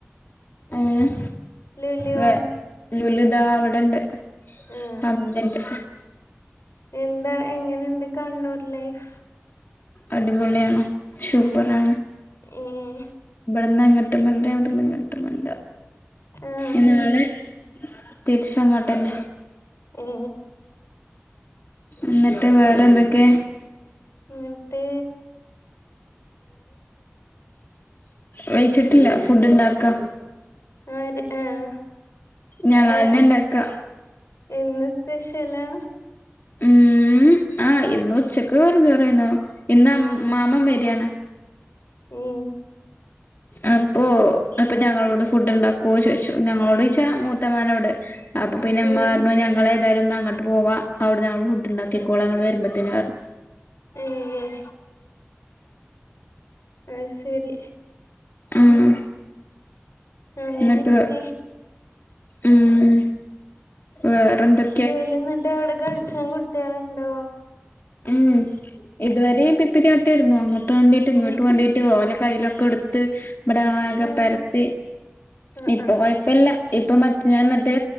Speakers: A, on the left; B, on the left.
A: ഏഹ്‌?
B: ലുലിയോ
A: വേറെ ലുലുതാ അവടണ്ട്.
B: ആ
A: പന്ത്ണ്ട്.
B: എന്താ എങ്ങനണ്ട് കണ്ണൂർ ലൈഫ്?
A: അടിപൊളിആണ് ശൂപ്പറാണ്.
B: ഉം
A: ഇവടന്നങ്ങട്ടും മണ്ട അവടന്ന്ങ്ങട്ടും മണ്ട.
B: ആ
A: ഇന്നാളെ തിര്ച്ചങ്ങട്ടന്നെ.
B: ഏ
A: ഇന്ന്ട്ട് വേറെന്തൊക്കെ?
B: ഇന്നട്ട്
A: <inaudible> വെയ്ച്ച്ട്ട്ല്ല ഫുഡ്‌ണ്ടാക്ക
B: ആര്? ആഹ്
A: ഞങ്ങളന്നെ
B: ഏഹ്‌
A: ഇണ്ടാക്ക
B: ഏഹ്‌ ഇന്ന് സ്പെഷ്യലാ?
A: ഇമ്... ആഹ് ഇന്ന് ഉച്ചക്ക് വെറുംചോറേന്നു. ഇന്ന് അം
B: ആഹ്
A: മാമ്മം വെരാണ്.
B: ഉം
A: അപ്പോ അപ്പൊഞങ്ങളോട് ഫുഡ്‌ണ്ടാക്കോ ചോയ്ച്ചു. ഞങ്ങളോട്ച്ചാ മൂത്തമ്മാനോട്. അപ്പൊപ്പിന്നെ ഇമ്മറഞ്ഞു
B: ഉം
A: ഞങ്ങളെ- എന്തായാലുംന്നങ്ങട്ട് പോവ, അവടന്ന് ഞങ്ങള് ഫുഡ്‌ണ്ടാക്കിക്കോള ഇങ്ങള് വര്മ്പത്തേന്അറഞ്ഞു.
B: ഏഹ്‌. അത് ശരി
A: ഉം
B: അങ്ങനെയൊക്കെ
A: ഇന്ന്ട്ട്, ഹ്‌മ് വേറെന്തൊ-
B: ലുലുന്ന്ട്ട് അവടെ കൾചാം കുട്ട്യാള്ണ്ടോ?
A: ഇമ്. ഇത് വരീം പിപ്പിര്യാട്ടിര്ന്നു. അങ്ങട്ട് മണ്ടീട്ടും ഇങ്ങട്ട്മണ്ടീട്ടും,
B: ഏഹ്
A: ഓലെ കയ്യ്ൽലൊക്കെട്ത്ത് ഇവടാകെ
B: ഉം
A: പരത്തി,
B: ആഹ്
A: ഇപ്പൊ
B: ആഹ്
A: കൊയപ്പല്ല. ഇപ്പോ മറ്റെ ഞാന്ന്ട്ട്